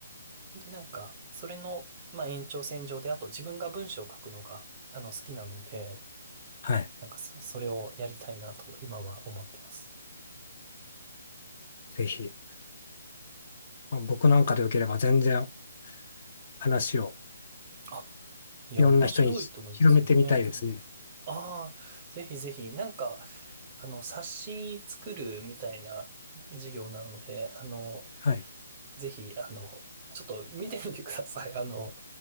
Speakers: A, on the right; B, on the left.
A: で、なんか、それの、まあ、延長線上で、あと自分が文章を書くのが、あの、好きなので、
B: はい。
A: なんかそ、それをやりたいなと、今は思ってます。
B: ぜひ。まあ僕なんかでよければ全然話を
A: あ、いや、
B: いろんな人に広めてみたいですね。
A: 面白いと思いますよ。ええ。ああ、ぜひぜひ、なんか、あの、冊子作るみたいな授業なので、あの、
B: はい。
A: ぜひ、あの、ちょっと見てみてください。あの、